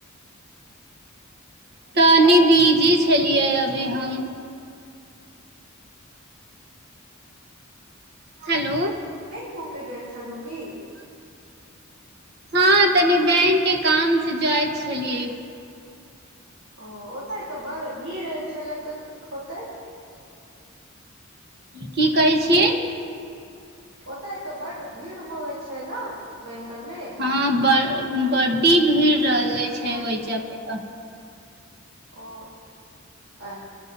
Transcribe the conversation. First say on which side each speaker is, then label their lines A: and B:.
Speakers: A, on the right; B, on the right.
A: तनी बीजी छलियै अभी हम हेलो
B: कूके गेल छलू की?
A: हँ तनी
B: ओ
A: बैंक के काम से जाइत छलियै।
B: ओ ओते तऽ बड़ भीड़ छलैक होतै?
A: की कहै छियै?
B: ओतय तऽ बड्ड भीड़ होबैत छैय ने बैंकआरमे?
A: हँ ब बड्डी भीड़ रहले छैय ओहिज पे तऽ।
B: ओ आ